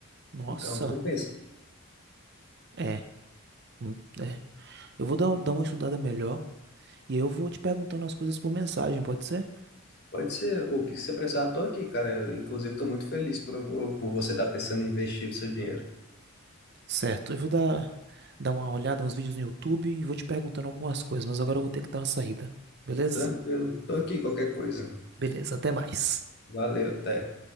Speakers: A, on the right; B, on the left.
A: Nossa,
B: Então, compensa.
A: é. hum, É. Eu vou dar, dar uma estudada melhor e aí eu vou te perguntando as coisas por mensagem, pode ser?
B: Pode ser. O que você precisar, tô aqui, cara. Eu, inclusive, estou muito feliz por, por você estar pensando em investir o seu dinheiro.
A: Certo, eu vou dar, dar uma olhada, uns vídeos no YouTube e vou te perguntando algumas coisas, mas agora eu vou ter que dar uma saída. Beleza?
B: Tranquilo. Tô aqui, qualquer coisa.
A: Beleza, até mais.
B: Valeu, até.